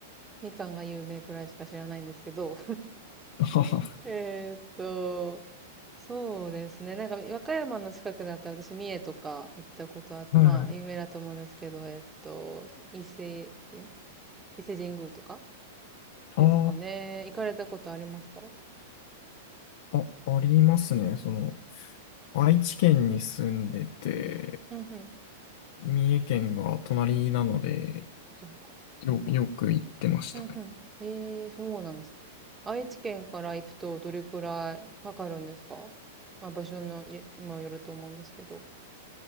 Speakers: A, on the right; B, on the left.
A: みかんが有名くらいしか知らないんですけど。
B: <laughs> はは
A: <laughs> えーっと、そうですね。なんか、和歌山の近くだったら私、三重とか行ったことあって、
B: はい。
A: まあ、有名だと思うんですけど、えーっと、伊勢、伊勢神宮とかですかね。
B: あ
A: 行かれたことありますか
B: あ、あ、ありますね。その、愛知県に住んでて、
A: うんうん。
B: 三重県が隣なので、
A: そっかそっか
B: よ、よく行ってましたね。
A: うんうん。ええ、そうなんです。愛知県から行くとどれくらいかかるんですかまあ場所のいにもよると思うんですけど。